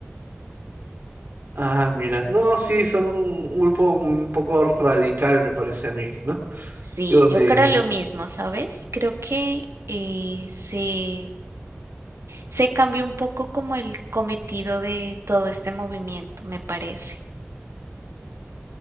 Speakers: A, on the right (about 45°); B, on the right (about 70°).
A: Ah, mira, no, sí, son un grupo un poco radical, me parece a mí, ¿no?
B: Sí,
A: Y donde,
B: yo creo lo mismo, ¿sabes? Creo que eh, se, se cambió un poco como el cometido de todo este movimiento, me parece.